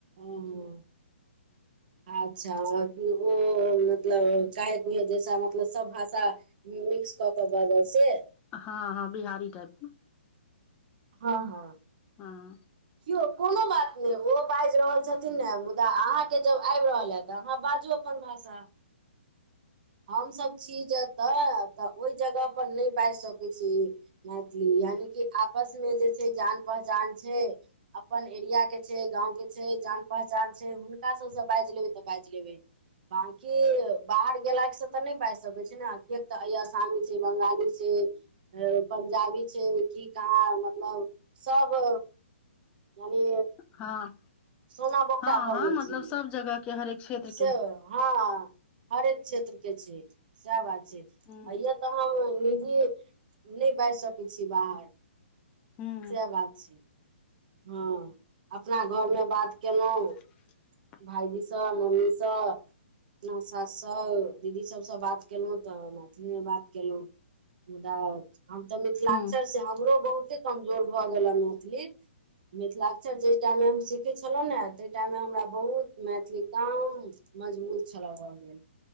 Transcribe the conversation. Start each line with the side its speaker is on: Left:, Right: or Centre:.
Right: ओहो अच्छा ओ मतलब काहे कु जैसा मतलब सब भाषा मिक्स कऽ के बाजल से
Left: हँ हँ बिहारी टाईप मऽ
Right: हँ हँ
Left: हँ
Right: केओ कोनो बात नय ओ बाइज रहल छथिन ने मुदा अहाँकेँ जब आइब रहल हे तऽ अहाँ बाजू पन भषा हम सब छी जतऽ तऽ ओहि जगह पर नय बाइज सकै छी मैथिली यानि की आपस मे जे छै जान पहचान छै अपन एरिया केँ छै गाँव केँ छै जान पहचान छै हुनका सब सँ बाइज लेबै तऽ बाइज लेबै बाकी बाहर गेला से तऽ नय बाजि सकै छी नऽ किएक तऽ ई आसामी छै बंगाली छै जे पंजाबी छै की कहाँ मतलब सब। माने
Left: हँ
Right: सोना बोकटा
Left: हँ
Right: भऽ
Left: हँ
Right: गेल छै ई
Left: <unintelligible> जगह केँ हरेक क्षेत्र
Right: से
Left: के
Right: हँ हरेक क्षेत्र केँ छै सैह बात। जे
Left: हँ
Right: होइ यऽ तऽ हम निजीये नय बाजि सकै छी बाहर
Left: हँ
Right: सेह बात छै हँ अपना घरमे बात केलहुँ
Left: <inaudible>
Right: भायजी सँ मम्मी सँ अपना सास सँ दीदी सबसँ बात केलहुँ तऽ मैथिलीमे बात केलहुँ मुदा हम तऽ मिथिलाअक्षर
Left: हँ
Right: सँ हमरो बहुते कमजोर भऽ गेला हन मैथिली। मिथिलाक्षर जै टाइम मे हम सीखे छलहुँ नऽ तहि टाइममे हमरा बहुत मैथिली गाम मजबूत छलै भऽ गेल